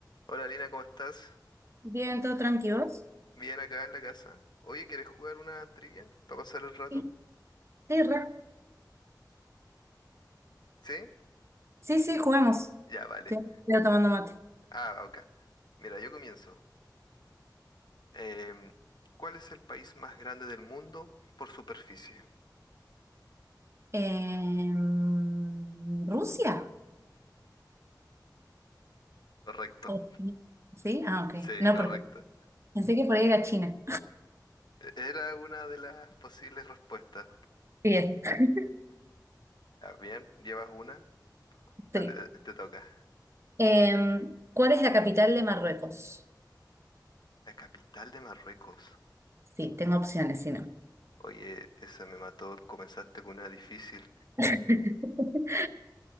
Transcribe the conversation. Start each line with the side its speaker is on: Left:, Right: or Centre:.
Left: Hola Lina, ¿cómo estás?
Right: Bien, todo tranquilo.
Left: Bien acá en la casa. Oye, ¿quieres jugar una trivia para pasar el rato?
Right: Sí. Sí, re.
Left: ¿Sí?
Right: Sí, sí, juguemos.
Left: Ya, vale.
Right: Estoy, estoy tomando mate.
Left: Ah, ok. Mira, yo comienzo. Em, ¿cuál es el país más grande del mundo por superficie?
Right: Em, ¿Rusia?
Left: Correcto.
Right: ¿O Chi- ¿Sí? Ah, ok.
Left: Sí,
Right: No,
Left: correcto.
Right: porque pensé que por ahí era China.
Left: E- Era una de las posibles respuestas.
Right: Bien, <laughs>
Left: Ya, bien, llevas una. Dale,
Right: sí.
Left: te, te toca.
Right: Em, ¿cuál es la capital de Marruecos?
Left: La capital de Marruecos.
Right: Sí, tengo opciones, si no.
Left: Oye, esa me mató. Comenzaste con una difícil.
Right: <laughs>